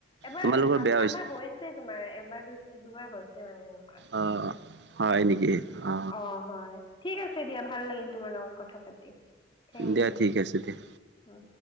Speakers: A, on the left; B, on the right.
A: এবাৰ
B: তোমালোকৰ বেয়া হৈছে
A: আমাৰ হৈছেই তোমাৰ এবাৰ দু দুবাৰ হৈছে মানে এনেকুৱা।
B: অ'। হয় নেকি অ,
A: অ' হয়, ঠিক আছে দিয়া ভাল লাগিল তোমাৰ লগত কথা পাতি। থেংক
B: দিয়া ঠিক আছে দিয়া।
A: ইউ